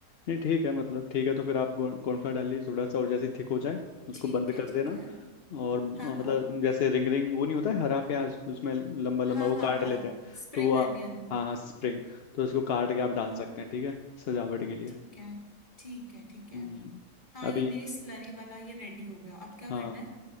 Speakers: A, on the left; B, on the left.
A: नहीं ठीक है मतलब ठीक है तो फिर आप कॉर्नफ्लावर डाल लीजिए थोड़ा सा और जैसे थिक हो जाए उसको
B: ठीक
A: बंद
B: है
A: कर
B: ठीक
A: देना
B: है
A: और अ, मतलब
B: हाँ हाँ
A: जैसे रिंग रिंग वो नहीं होता है हरा प्याज उसमें लंबा लंबा
B: हाँ
A: वो
B: हाँ
A: काट
B: हाँ
A: लेते हैं
B: स्प्रिंग
A: तो वो आ-
B: अनियन
A: हाँ हाँ स्प्रिंग तो उसको काट के आप
B: हम्म
A: डाल सकते हैं ठीक है सजावट के लिए
B: ठीक है ठीक है ठीक है
A: हम्म,
B: हाँ
A: अभी
B: ये मेरी स्लरी वाला ये रेडी हो गया अब क्या
A: हाँ
B: करना है